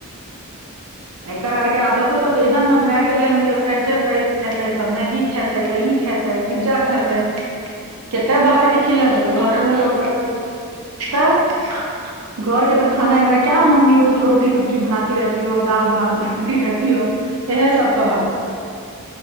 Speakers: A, on the right; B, on the right.
A: एकर आारके आदतो तऽ ऐहन भय गेले हन फ्रेच फ्राज खेताै तऽ मैगी खेताै तऽ खेत पिज्जा
B: हँ
A: खेते कते
B: आजकल
A: बाहर
B: बच्चा
A: के खिलेबै तऽ
B: उहे
A: घरे
B: सब
A: मे
B: चाही
A: लोग बना ले छै
B: हँ
A: तऽ घर के तऽ खाना ह रहै्य मम्मी रोज रोटी सब्जी बनात रहती ओ भात बनातीी रहती हो इह सब कहक